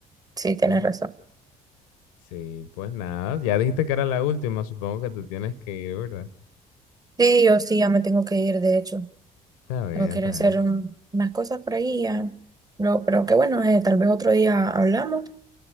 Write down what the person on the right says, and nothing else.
Sí, tienes
razón.
Sí, yo sí, ya me tengo que ir, de hecho.
Tengo que
ir a hacer
un- unas cosas por ahí ya. No, pero que bueno, eh, tal vez otro día hablamos